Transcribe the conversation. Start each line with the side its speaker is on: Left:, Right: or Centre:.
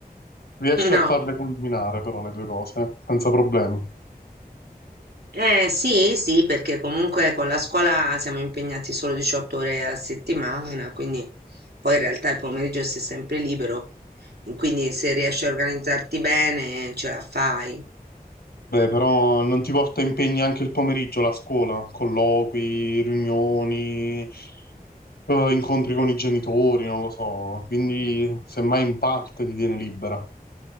Right: <laughs>
Left: Riesci
Right: No.
Left: a farle combinare però le due cose, senza problemi.
Right: Eh sì, sì, perché comunque con la scuola siamo impegnati solo 18 ore alla settimana, quindi poi in realtà il pomeriggio sei sempre libero, quindi se riesci a organizzarti bene ce la fai.
Left: Beh, però non ti porta impegni anche il pomeriggio la scuola, colloqui, riunioni. eh, incontri con i genitori, non lo so, quindi semmai in parte ti tiene libera,